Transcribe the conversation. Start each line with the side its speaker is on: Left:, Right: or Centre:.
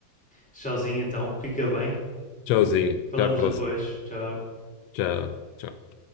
Centre: tchauzinho então. Fica bem.
Left: Tchauzinho.
Centre: Falamos
Left: Até à próxima.
Centre: depois. Tchau.
Left: Tchau, tchau.